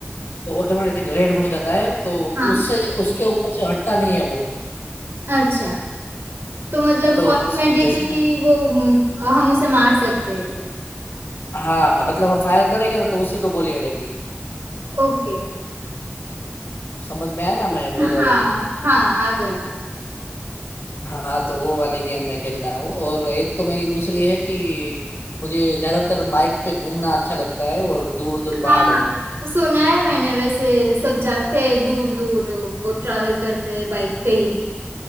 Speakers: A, on the left; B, on the right.
A: तो ऑटोमेटिक रेड हो जाता है तो
B: हाँ
A: उससे उसके ऊपर से हटता नहीं है वो
B: अच्छा तो मतलब
A: तो
B: ऑटोमेटिकली
A: जैसे
B: वो म, हम उसे मार सकते हैं
A: हाँ मतलब हम फायर करेंगे ना तो उसी को गोली अड़ेगी
B: ओके
A: समझ में आया ना मैं बोल
B: हाँ
A: रहा हूँ वो
B: हाँ आ गया
A: हाँ तो वो वाली गेम मैं खेलता हूँ और एक तो मेरी दूसरी है कि मुझे ज्यादातर बाइक पे घूमना अच्छा लगता है और दूर दूर पहाड़ों
B: हाँ
A: में
B: सुना है मैंने वैसे सब जाते हैं दूर दूर वो ट्रैवल करते हैं बाइक पे ही